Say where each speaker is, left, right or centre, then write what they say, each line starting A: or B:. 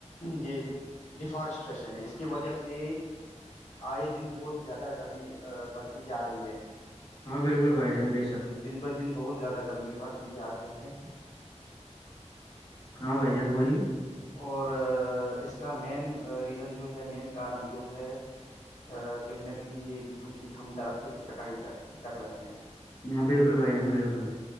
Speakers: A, on the left; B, on the left.
A: یہ <unintelligible> ڈیفارسٹریشن ہے اس کی وجہ سے آئے دن بہت زیادہ گرمی بڑھتی جا رہی ہے
B: ہاں بالکل بھائی جان بے شک
A: دن ب دن بہت زیادہ گرمی بڑھتی جا رہی ہے
B: ہاں بھائی جان بولیے
A: اور اس کا مین ریزن جو ہے مین کارن جو ہے ا کہیں نہ کہیں یہ بھی ہے کہ ہم درختوں کی کٹائی کر کر رہے ہیں
B: ہاں بالکل بھائی جان بالکل